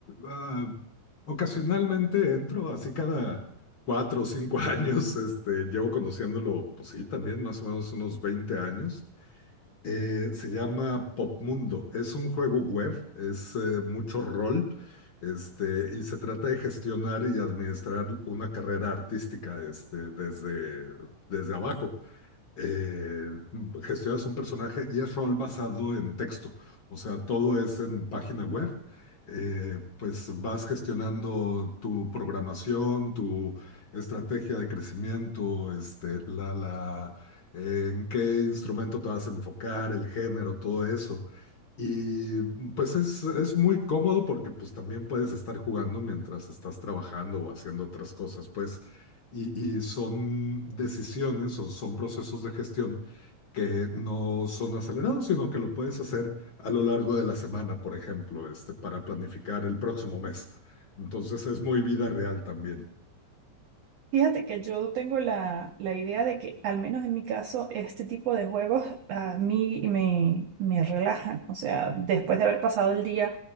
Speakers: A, on the left; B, on the right.
A: ah, ocasionalmente entro, así cada cuatro o cinco <laughs> años, este, llevo conociéndolo, pues sí, también más o menos unos 20 años. Eh, se llama Popmundo. Es un juego web, es eh, mucho rol, este, y se trata de gestionar y administrar una carrera artística, este, desde, desde abajo eh, gestionas un personaje y es rol basado en texto, o sea, todo es en página web. Eh, pues vas gestionando tu programación, tu estrategia de crecimiento, este, la, la, eh, en qué instrumento te vas a enfocar, el género, todo eso. Y mm, pues es, es muy cómodo porque pues también puedes estar jugando mientras estás trabajando o haciendo otras cosas. Pues y, y son decisiones o son procesos de gestión que no son acelerados, sino que lo puedes hacer a lo largo de la semana, por ejemplo, este, para planificar el próximo mes. Entonces es muy vida real también.
B: Fíjate que yo tengo la, la idea de que, al menos en mi caso, este tipo de juegos a mí me, me relajan. O sea, después de haber pasado el día